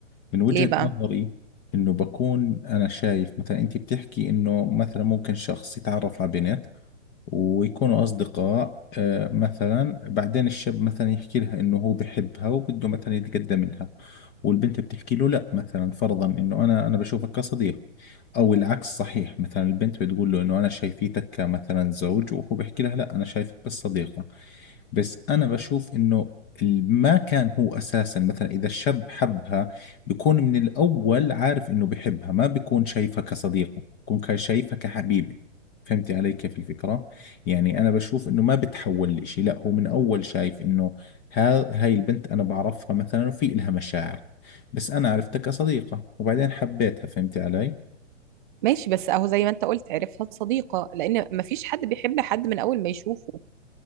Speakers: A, on the left (about 25°); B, on the right (about 40°).
A: من وجهة
B: ليه بقى
A: نظري إنه بكون أنا شايف مثلا أنت بتحكي إنه مثلا ممكن شخص يتعرف على بنت ويكونوا أصدقاء آه، مثلا بعدين الشاب مثلا يحكي لها إنه هو بحبها وبده مثلا يتقدم لها والبنت بتحكي له لا مثلا فرضا إنه أنا أنا بشوفك كصديق أو العكس صحيح مثلا البنت بتقول له إنه أنا شايفيتك كمثلا زوج وهو بيحكي لها لا أنا شايفك بس صديقة بس انا بشوف انه ال- ما كان هو اساسا مثلا اذا الشاب حبها بيكون من الاول عارف انه بحبها ما بيكون شايفها كصديقة بيكون كا- شايفها كحبيبة فهمتي علي كيف الفكرة يعني انا بشوف انه ما بتحول لإشي لا هو من اول شايف انه ها هاي البنت انا بعرفها مثلا وفي إلها مشاعر بس انا عرفتها كصديقة وبعدين حبيتها فهمتي علي
B: ماشي بس اهو زي ما انت قلت عرفها صديقة لان مفيش حد بيحب حد من اول ما يشوفه